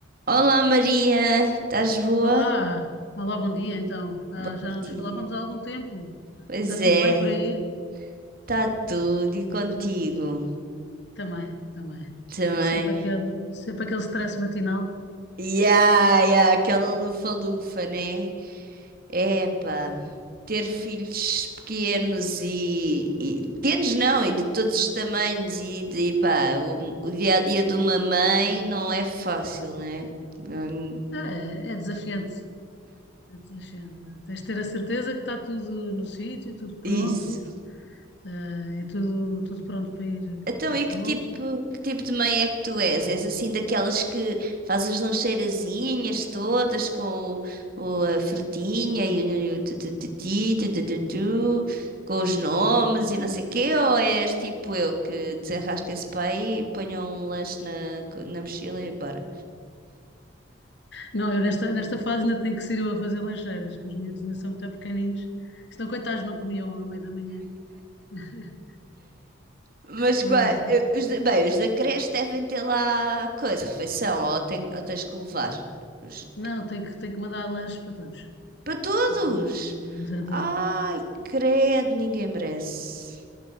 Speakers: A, on the right (about 45°); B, on the left (about 60°).
A: Olá Maria, estás boa?
B: Olá, olá, bom dia então. Ah,
A: Bom
B: já não
A: dia.
B: nos falávamos há algum tempo.
A: Pois
B: Está tudo
A: é,
B: bem por aí?
A: está tudo e contigo
B: Também, também.
A: também.
B: Sempre aquele, sempre aquele stress matinal.
A: Ya, ya, aquela lufa-lufa, né? Epá, ter filhos pequenos e, e- Pequenos não, e de todos os tamanhos e de, pá, o, o dia-a-dia de uma mãe não é fácil, né? Não é mu-
B: É, é desafiante. É desafiante. Tens de ter a certeza que está tudo no sítio, tudo pronto,
A: Isso.
B: ah, e tudo, tudo pronto para ir
A: Então,
B: para a escola.
A: e que tipo, que tipo de mãe é que tu és? És assim daquelas que faz as lancheirazinhas todas com o, o- a frutinha e o, o- o tu- tu- tu- ti, tu- tu- tu- tu, com os nomes e não sei o quê? Ou és tipo eu que desenrasca esse pai e ponho um lanche na, co- na mochila e bora?
B: Não, eu nesta, nesta fase ainda tenho que ser eu a fazer lancheiras, que os miúdos ainda são muito pequeninos. Senão, coitados, não comiam à meia da manhã. <laughs>
A: Mas
B: Mas,
A: qua- eh, os da- bem, os da creche devem ter lá coisa, refeição, ou, tem- ou tens que levar os,
B: Não, tenho que, tenho que mandar lanches para todos.
A: Para todos!
B: Tenho que mandar- já
A: Ai, credo, ninguém merece.